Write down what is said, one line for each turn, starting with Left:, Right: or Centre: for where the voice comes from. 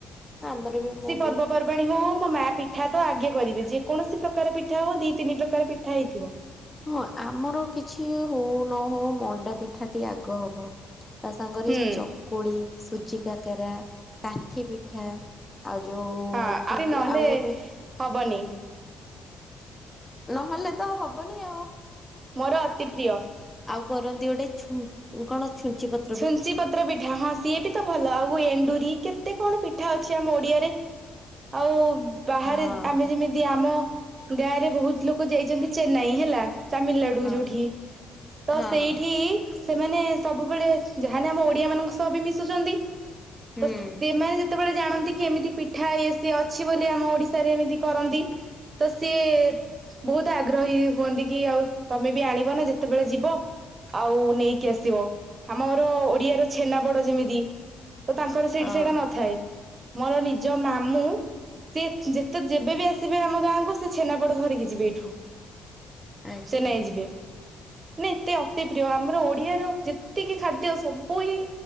Left: ଆମର ବି ମୁଁ
Right: ପର୍ବପର୍ବାଣି ହଉ ମୋ ମା ପିଠା ତ ଆଗେ କରିବେ, ଯେକୌଣସି ପ୍ରକାର ପିଠା ହଉ ଦି, ତିନି ପ୍ରକାର ପିଠା ହେଇଥିବ।
Left: ହଁ ଆମର କିଛି ହଉ ନ ହଉ, ମଣ୍ଡା ପିଠାଟି ଆଗ ହବ। ତା ସାଙ୍ଗରେ
Right: ହୁଁ
Left: ଚକୁଳି, ସୁଜି କାକରା, କାଠି ପିଠା। ଆଉ ଯୋଉ
Right: ହଁ
Left: କନ୍ତି
Right: ଆରେ ନହେଲେ
Left: ଆଉ ଗୋଟେ
Right: ହବନି।
Left: ନହେଲେ ତ ହବନି ଆଉ।
Right: ମୋର ଅତି ପ୍ରିୟ।
Left: ଆଉ କରନ୍ତି ଗୋଟେ ଛୁ କଣ ଛୁଞ୍ଚି ପତ
Right: ଛୁଞ୍ଚି ପତ୍ ପତ୍ର ପିଠା, ହଁ ସିଏ ବି ତ ଭଲ, ଆଉ ଏଣ୍ଡୁରି କେତେ କଣ ପିଠା ଅଛି ଆମ ଓଡିଆରେ। ଆଉ ବାହାରେ,
Left: ହଁ।
Right: ଆମେ ଯେମିତି ଆମ ଗାଁ ରେ ବହୁତ ଲୋକ ଯାଇଛନ୍ତି ଚେନ୍ନାଇ ହେଲା ତାମିଲନାଡୁ
Left: ହଁ
Right: ଯୋଉଠି, ତ
Left: ହଁ
Right: ସେଇଠି
Left: ହଁ
Right: ସେମାନେ ସବୁବେଳେ ଯାହାଲେ ଆମ ଓଡିଆ ମାନଙ୍କ ସହ ବି ମିଶୁଛନ୍ତି
Left: ହୁଁ
Right: ତ ସେମାନେ ଯେତେବେଳେ ଜାଣନ୍ତି କି ଏମିତି ପିଠା ଏ ସିଏ ଅଛି ବୋଲି ଆମ ଓଡିଶାରେ ଏମିତି କରନ୍ତି ତ ସିଏ ବହୁତ ଆଗ୍ରହୀ ହୁଅନ୍ତି କି ଆଉ ତମେ ବି ଆଣିବ ନା ଯେତେବେଳେ ଯିବ ଆଉ ନେଇକି ଆସିବ। ଆମର ଓଡିଆର ଛେନା ପୋଡ ଯେମିତି ତ ତାଙ୍କର ସେଇଠି
Left: ହଁ
Right: ସେଇଟା ନଥାଏ ମୋର ନିଜ ମାମୁଁ ସେ ଯେତେ ଯେବେ ବିି ଆସିବେ ଆମ ଗାଁକୁ ସେ ଛେନାପୋଡ ଧରିକି ଯିବେ ଏଠୁ
Left: ଆଚ୍ଛା
Right: ସେ ନାଇ ଯିବେ ନା ଏତେ ଅତି ପ୍ରିୟ ଆମର ଓଡିଆର ଯେ ଏତିକି ଖାଦ୍ୟ ସବୁ ହିଁ